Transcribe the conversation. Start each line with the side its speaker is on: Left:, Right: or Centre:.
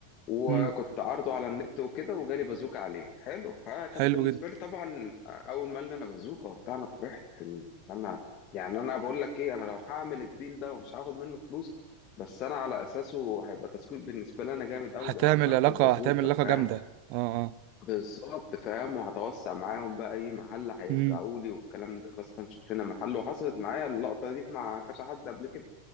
Left: وكنت
Right: امم
Left: عارضه على النت وكده وجالي بازوكة عليه حلو فكانت
Right: حلو
Left: بالنسبة
Right: جدا
Left: لي طبعا أول ما قال لي أنا بازوكة وبتاع أنا فرحت إن أنا يعني أنا بقول لك إيه أنا لو هعمل الديل ده ومش هاخد منه فلوس بس أنا على أساسه هيبقى تسويق بالنسبة لي أنا جامد أوي
Right: هتعمل
Left: ده أنا أجرت
Right: علاقة
Left: البازوكة
Right: هتعمل علاقة
Left: فاهم
Right: جامدة اه اه
Left: بالظبط فاهم وهتوسع معاهم بقى أي محل هيرجعوا
Right: امم
Left: لي والكلام ده مثلا شوف لنا محل وحصلت معايا اللقطة دي مع كذا حد قبل كده